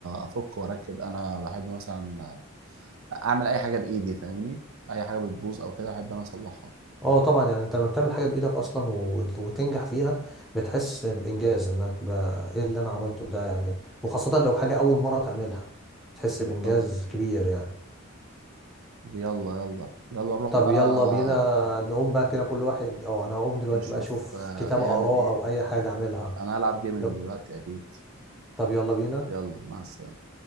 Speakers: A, on the right; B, in the centre.
A: افك واركب انا بحب مثلا اعمل اي حاجه بايدي فاهمني اي حاجه بتبوظ او كده بحب انا اصلحها
B: اه طبعا يعني انت لما بتعمل حاجه بايدك اصلا و- وتنجح فيها بتحس بانجاز انك بقى ايه اللي انا عملته ده يعني وخاصه لو حاجه اول مره تعملها تحس
A: اكيد
B: بانجاز
A: طبعا
B: كبير يعني
A: طب يلا يلا يلا نروح
B: طب
A: بقى
B: يلا بينا نقوم بقى كده كل واحد اه انا هقوم دلوقتي
A: يشوف
B: بقى اشوف
A: آه،
B: كتاب
A: يعمل
B: اقراه
A: ايه
B: او اي حاجه اعملها
A: انا هلعب جيمنج
B: يلا
A: دلوقتي اكيد
B: طب يلا بينا
A: يلا مع السلامه